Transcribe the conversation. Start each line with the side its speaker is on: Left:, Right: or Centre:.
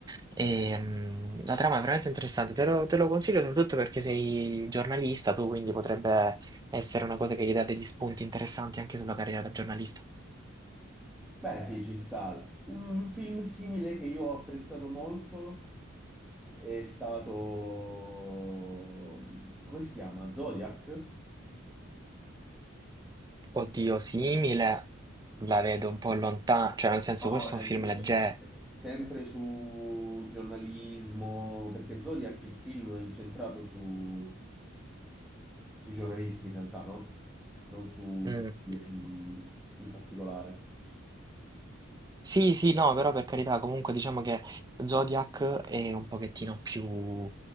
Right: E, mm, la trama è veramente interessante, te lo, te lo consiglio soprattutto perché sei giornalista, tu quindi potrebbe essere una cosa che gli dà degli spunti interessanti anche sulla carriera da giornalista.
Centre: Beh, sì, ci sta. Un film simile che io ho apprezzato molto è stato... Come si chiama? Zodiac?
Right: Oddio, simile la vedo un po' lontana, cioè nel senso
Centre: No, no,
Right: questo è
Centre: nel
Right: un film
Centre: senso-
Right: leggero.
Centre: Sempre su giornalismo, perché Zodiac il film è incentrato su, sui giornalisti in realtà, no? Non su,
Right: Mm.
Centre: su Zodiac in, in particolare.
Right: Sì, sì, no, però per carità, comunque diciamo che Zodiac è un pochettino più